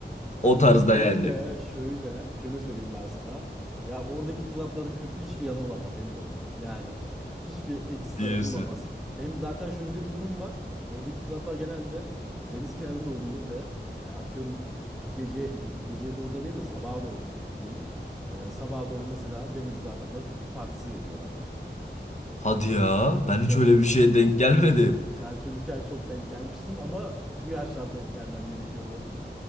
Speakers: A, in the centre; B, on the left.
A: Kanka
B: O tarzda
A: şöyle,
B: yani
A: şöyle, şöyle söyleyeyim ben sana. Ya oradaki klapların kötü hiçbir yanı olamaz emin ol. Yani hiçbir eksi
B: diyorsun.
A: tarafı olamaz. Hem zaten şöyle de bir durum var. Oradaki klaplar genelde e, deniz kenarında oluyor ve e, atıyorum gece, ge- geceye doğru demeyeyim de sabaha doğru sö- diyeyim. E, sabaha doğru mesela denizde adamlar köpük partisi veriyorlar.
B: Hadi ya
A: Tabii
B: ben
A: canım.
B: hiç öyle bir şeye denk gelmedim.
A: Ben çocukken çok denk gelmiştim ama bu yaşlarda denk gelmem gerekiyordu.